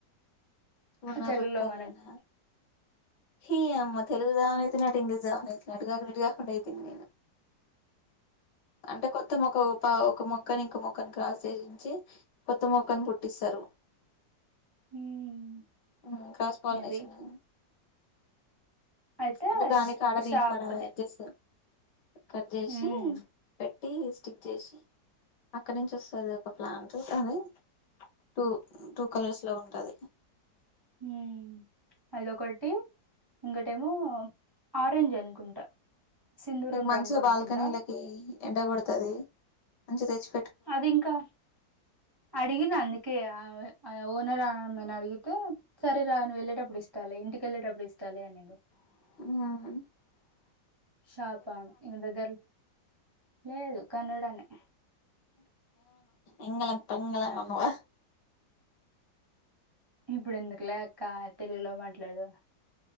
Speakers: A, on the left; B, on the right.
A: పునరుత్తరణ
B: తెలుగులో మనకి
A: హీ యమ్మ తెలుగు జౌవనైత నట్ ఇంగ్లీష్ జవనైయి నట్ అటుగాకుం ఇటూగాకుండ అయితిని నేను అంటే కొత్తమొక ఒక ఒక మొక్కని ఇంక మొక్కను క్రాస్ చేయించి కొత్త మొక్కను పుట్టిస్సారు
B: హ్మ్
A: మ్మ్ క్రాస్ పాలినేషన్
B: మేబి అయితే
A: అంటే దాని
B: ష్
A: కాడ
B: షాప్ది
A: దీని కాడ జేస్సర్ కట్ జేసి
B: హ్మ్
A: పెట్టి స్టిక్ జేసి అక్కడి నుంచి వస్తది ఒక ప్లాంట్ అది టూ టూ కలర్స్ లో ఉంటది
B: మ్మ్ అదొకటి ఇంగోటేమో ఆరెంజ్ అనుకుంటా సింధూరం
A: మీకు మంచిగా
B: రంగు అనుకుంటా
A: బాల్కనీలకి ఎండ కొడుతది మంచిగ తెచ్చు
B: అది ఇంకా అడిగిన అందు కే అవె అమె ఓనర్ ఆమెను అడిగితే సరే రాను వెళ్ళేటప్పుడు ఇస్తాలే ఇంటికెళ్ళేటప్పుడు ఇస్తాలే అనింది
A: ఆ
B: షాపా ఇంగ దగ్గర్ లో లేదు కన్నడనే
A: ఎంగ్లం పెంగ్లం అన్నావా
B: ఇప్పుడు ఎందుకులే అక్క తెలుగులో మాట్లాడు